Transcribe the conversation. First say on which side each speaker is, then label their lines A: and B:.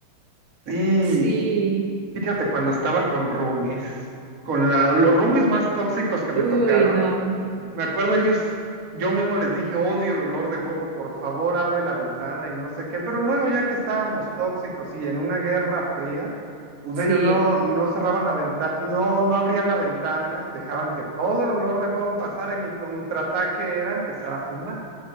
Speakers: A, on the right; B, on the right.
A: sí.
B: sí.
A: Fíjate, cuando estaba con roomies, con la- los roomies más tóxicos que me
B: Uy,
A: tocaron,
B: no.
A: me acuerdo ellos, yo mismo les dije, odio el olor de huevo, por favor abre la ventana y no sé qué, pero luego ya que estábamos tóxicos y en una guerra fría, pues
B: Sí.
A: ellos no, no cerraban la ventana, no, no abrían la ventana, dejaban que todo el olor de huevo pasara y mi contraataque era empezar a fumar